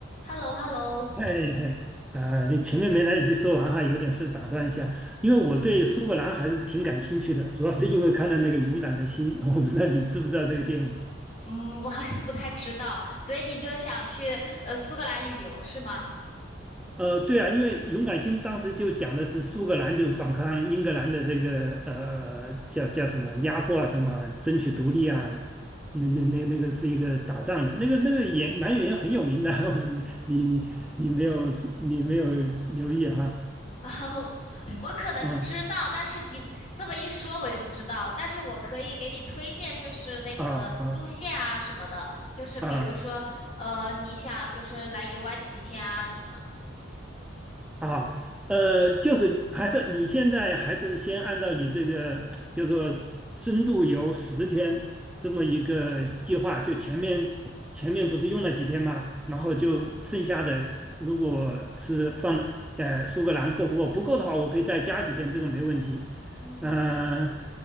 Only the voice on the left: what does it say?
h e l l o h e l l o
嗯，
嗯，我好像不太知道，所以你就想去呃苏格兰旅游是吗？
<laughs> 然后我可能知道，
但是你这么一说我就不知道，但是我可以给你推荐，就是那个路线啊什么的，
就是比如说呃你想就是来游玩几天啊什么
的嗯，